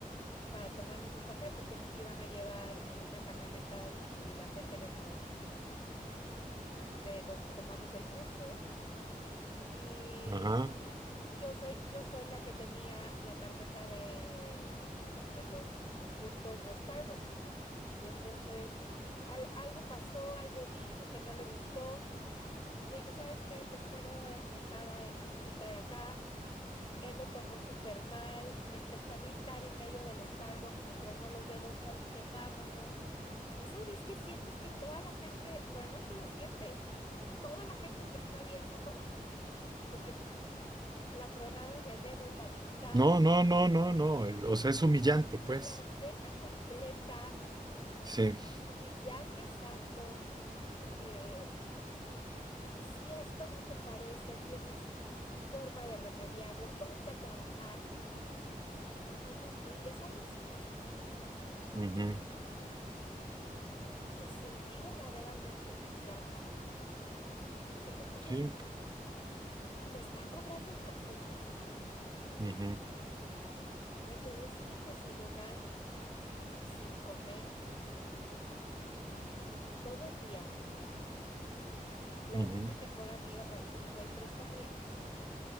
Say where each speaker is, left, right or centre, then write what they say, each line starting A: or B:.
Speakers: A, on the left (about 35°); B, on the right (about 25°).
A: para tomarnos un café porque nos iban a llevar en una camioneta la gente que nos, de donde tomamos el curso. Y
B: ajá.
A: yo soy, yo soy la que tenía la tarjeta de, de los puntos de Starbucks. Y entonces al- algo pasó, algo dije que no le gustó. Entonces le dije, ¿sabes qué? Te espero eh, sentada en la mesita de acá. Él lo tomó súper mal, me empezó a gritar en medio del Starbucks, me tronó los dedos, ¿sabes qué? Vámonos. De esas veces que sientes que toda la gente, bueno, no solo sientes, toda la gente te está viendo con, porque la tronada de dedos, la gritada,
B: No, no, no, no, no. eh, O sea, es humillante, pues.
A: la escena completa,
B: Sí.
A: humillante exacto, eh, si esto no te parece, tienes forma de remediarlo, ponte a trabajar y no mendigues, algo así me dijo.
B: ujú,
A: Me sentí verdaderamente humillada. O sea, dije, no mames,
B: Sí.
A: me está cobrando el café.
B: ujú,
A: Me quedé sin desayunar y sin comer. todo el día le
B: ujú,
A: hablé a mi mejor amiga para decirle, güey, préstame